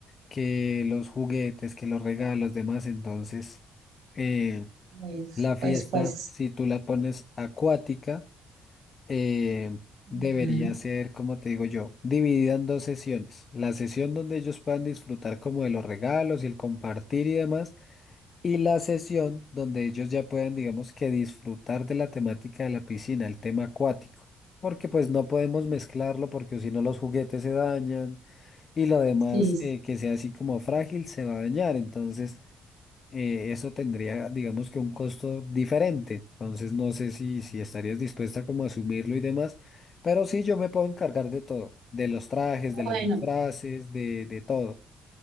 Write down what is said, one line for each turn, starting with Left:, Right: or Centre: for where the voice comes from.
Left: que los juguetes, que los regalos, demás, entonces... Eh,
Right: Pues,
Left: la fiesta,
Right: pues, pues.
Left: si tú la pones acuática, eh,
Right: ujú,
Left: debería ser, como te digo yo, dividida en dos sesiones. La sesión donde ellos puedan disfrutar como de los regalos y el compartir y demás, y la sesión donde ellos ya puedan, digamos que disfrutar de la temática de la piscina, el tema acuático. Porque pues no podemos mezclarlo porque si no los juguetes se dañan y lo demás
Right: Sí, sí.
Left: eh, que sea así como frágil se va a dañar. Entonces eh, eso tendría, digamos que un costo diferente. Entonces no sé si, si estarías dispuesta como a asumirlo y demás, pero sí yo me puedo encargar de todo, de los trajes,
Right: Bueno.
Left: de los disfraces, de, de todo.